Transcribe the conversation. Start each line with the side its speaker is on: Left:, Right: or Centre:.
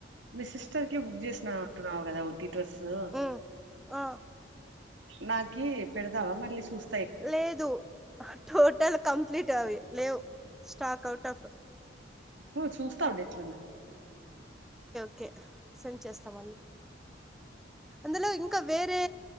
Right: మీ సిస్టర్కి బుక్ చేసినా అంటున్నావు కదా టీ డ్రస్సు
Centre: ఉమ్ ఆ
Right: నాకి పెడతావా మళ్ళీ చూస్
Centre: లేదు టోటల్ కంప్లీట్ అవి లేవ్ స్టాక్ అవు స్టక్
Right: హో చూస్తాఉండు ఎట్లున్నా?
Centre: ఒకే సెండ్ చేస్తా మండి అందులో ఇంకా వేరే